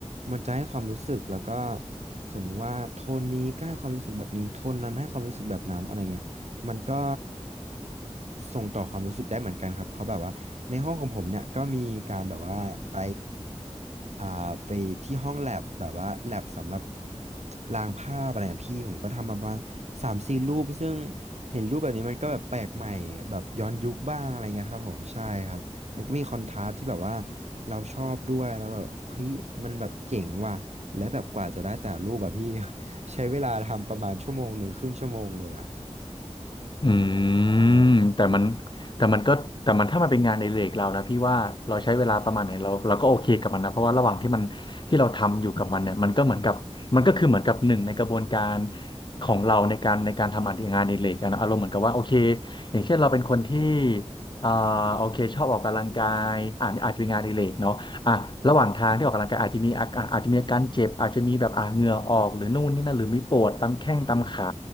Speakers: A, on the right (about 70°); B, on the left (about 40°).
A: มันจะให้ความรู้สึกแล้วก็สมมติว่าโทนนี้ก็ให้ความรู้สึกแบบนี้โทนนั้นให้ความรู้สึกแบบนั้นอะไรเงี้ยมันก็ส่งต่อความรู้สึกได้เหมือนกันครับเพราะแบบว่าในห้องของผมเนี่ยก็มีการแบบว่าไปอ่าไปที่ห้องแลบแบบว่าแลบสำหรับลางภาพอะไรอะพี่ผมก็ทำมาประมาณสามสี่รูปซึ่ง เห็นรูปแบบนี้มันก็แบบแปลกใหม่แบบย้อนยุคบ้างอะไรเงี้ยครับผมใช่ครับมันก็มีคอนทราสต์ที่แบบว่าเราชอบด้วยแล้วแบบเฮ้ยมันแบบเจ๋งว่ะและแบบกว่าจะได้แต่ละรูปแบบพี่ <laughs> ใช้เวลาทำประมาณชั่วโมงหนึ่งครึ่งชั่วโมงเลยอ่ะ
B: อืม
A: ใช่
B: แต่มันแต่มันก็แต่มันถ้ามันเป็นงานในเรกเรานะพี่ว่าเราใช้เวลาประมาณไหนเราเราก็โอเคกับมันนะเพราะว่าระหว่างที่มันที่เราทำอยู่กับมันเนี่ยมันก็เหมือนกับมันก็คือเหมือนกับหนึ่งในกระบวนการของเราในการในการทำงานในเรกอะนะอารมณ์เหมือนกับว่าโอเคอย่างเช่นเราเป็นคนที่อ่าโอเคชอบออกกำลังกายอ่าอาจจะเป็นงานในเรกเนาะอ่ะระหว่างทางที่ออกกำลังกายอาจจะมีอาการอาจจะมีอาการเจ็บอาจจะมีแบบอ่าเหงื่อออกหรือนู่นนี่นั่นหรือมีปวดตามแข้งตามขา